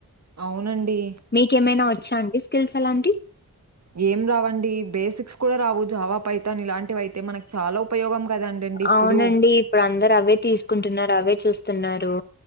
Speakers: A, on the right (about 50°); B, on the left (about 30°).
A: అవునండి.
B: మీకేమైనా వచ్చా అండి స్కిల్స్ ఎలాంటి.
A: ఏం రావండి బేసిక్స్ కూడా రావు జావా పైథా. త్తన్ ఇలాంటివి అయితే మనకు చాలా ఉపయోగం కదండడిండి ఇప్పుడు,
B: అవునండి ఇప్పుడు అందరు అవే తీసుకుంటున్నారు అవే చూస్తున్నారు.